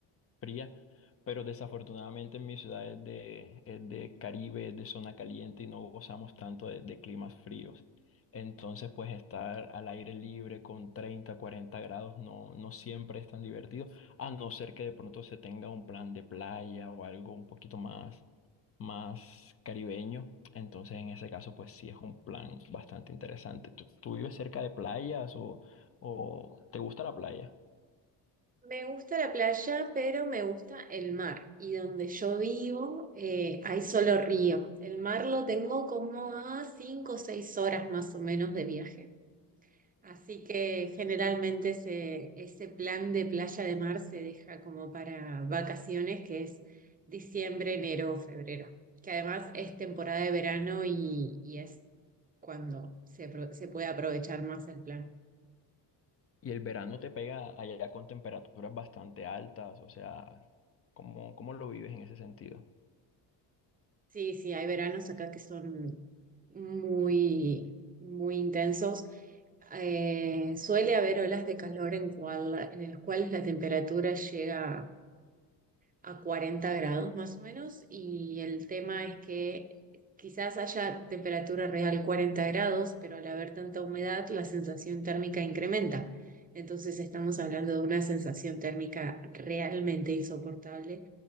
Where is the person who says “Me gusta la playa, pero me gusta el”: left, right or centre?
Right